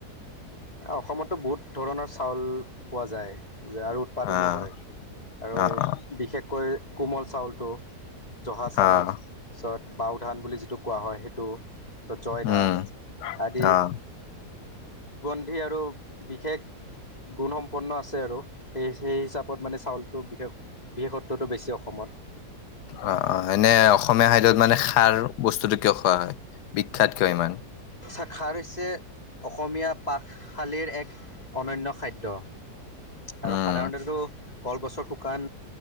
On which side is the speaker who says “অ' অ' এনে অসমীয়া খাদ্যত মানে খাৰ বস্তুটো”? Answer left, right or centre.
Left